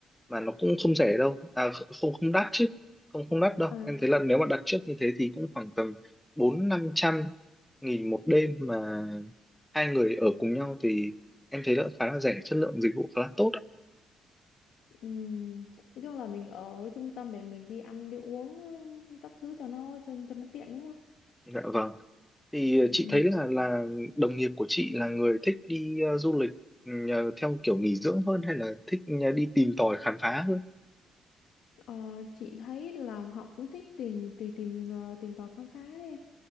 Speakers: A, in the centre; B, on the left.
A: mà nó cũng không rẻ đâu, à không không đắt chứ, không không đắt đâu.
B: À,
A: Em thấy là nếu mà đặt trước như thế thì cũng khoảng tầm bốn năm trăm nghìn một đêm mà hai người ở cùng nhau thì em thấy là khá là rẻ, chất lượng dịch vụ khá là tốt. ạ.
B: ừ. Nói chung là mình ở trung tâm để mình đi ăn đi uống ừ, các thứ cho nó cho cho nó tiện đúng không?
A: Dạ vâng Thì ờ, chị
B: Ừ.
A: thấy là là đồng nghiệp của chị là người thích đi ờ, du lịch ừ, ờ, theo kiểu nghỉ dưỡng hơn hay là thích ờ, đi tìm tòi khám phá hơn?
B: Ờ, chị thấy là họ cũng thích tìm tìm tìm ờ, tìm tòi khám phá đấy em.